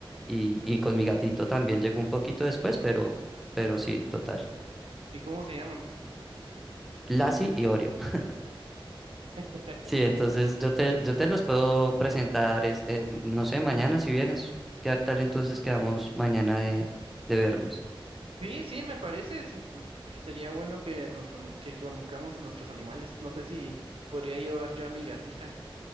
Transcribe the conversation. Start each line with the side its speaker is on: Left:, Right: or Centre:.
Centre: y, y con mi gatito también llegó
Right: definitivamente.
Centre: un poquito después, pero, pero sí, total.
Right: ¿Y cómo se llaman?
Centre: Lassie y Orion. <laughs>
Right: <laughs>
Centre: Sí, entonces yo te, yo te los puedo presentar, este, no sé, mañana si vienes. ¿Qué tal entonces quedamos mañana de, de vernos?
Right: Sí, sí, me parece. Sí, pues, sería bueno que nos cono- que conozcamos a nuestros animales. No sé si podría llevar yo a mi gatija.